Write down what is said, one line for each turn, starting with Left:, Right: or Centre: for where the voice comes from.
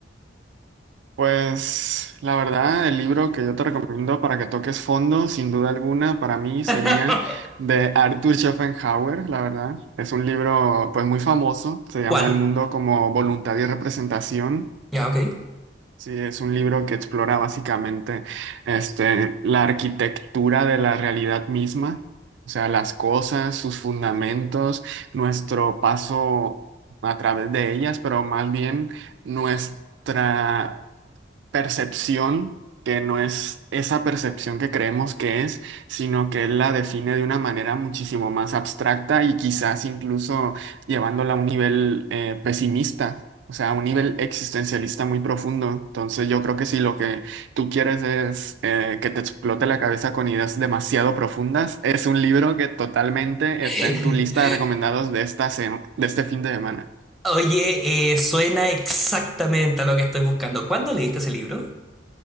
Right: Pues la verdad, el libro que yo te recomiendo para que toques fondo, sin duda alguna, para mí sería
Centre: <laughs>
Right: de Arthur Schopenhauer, la verdad. Es un libro pues muy famoso, se llama
Centre: ¿Cuál?
Right: El mundo como voluntad y representación.
Centre: Ya, ok.
Right: Sí, es un libro que explora básicamente este, la arquitectura de la realidad misma, o sea, las cosas, sus fundamentos, nuestro paso a través de ellas, pero más bien nuestra percepción que no es esa percepción que creemos que es, sino que él la define de una manera muchísimo más abstracta y quizás incluso llevándola a un nivel eh, pesimista, o sea, a un nivel existencialista muy profundo. Entonces yo creo que si lo que tú quieres es eh, que te explote la cabeza con ideas demasiado profundas, es un libro que totalmente
Centre: <laughs>
Right: está en tu lista de recomendados de esta, se- de este fin de semana.
Centre: Oye, eh, suena exactamente a lo que estoy buscando. ¿Cuándo leíste ese libro?